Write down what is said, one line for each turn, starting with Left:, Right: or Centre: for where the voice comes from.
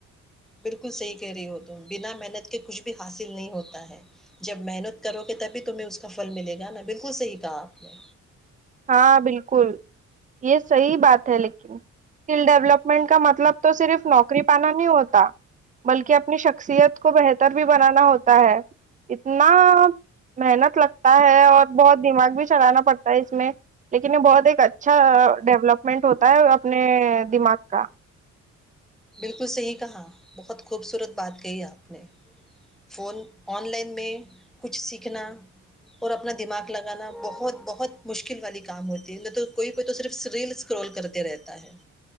Centre: بالکل صحیح کہہ رہی ہو تم بنا محنت کے کچھ بھی حاصل نہیں ہوتا ہے جب محنت کرو گے تبھی تمہیں اس کا پھل ملے گا نا بالکل صحیح کہا آپ نے
Right: ہاں بالکل یہ صحی بات ہے لیکن اسکل ڈیولپمنٹ کا مطلب تو صرف نوکری پانا نہیں ہوتا بلکہ اپنی شخصیت کو بہتر بھی بنانا ہوتا ہے اتنا محنت لگتا ہے اور بہت دماغ بھی چلانا پڑتا ہے اس میں لیکن یہ بہت ایک اچھا ڈیولپمنٹ ہوتا ہے اپنے دماغ کا
Centre: بالکل صحیح کہا بہت خوبصورت بات کہی آپ نے فون آن لائن میں کچھ سیکھنا اور اپنا دماغ لگانا بہت بہت مشکل والی کام ہوتی ہے نہ تو کوئی کوئی تو صرف ریل اس کررول کرتے رہتا ہے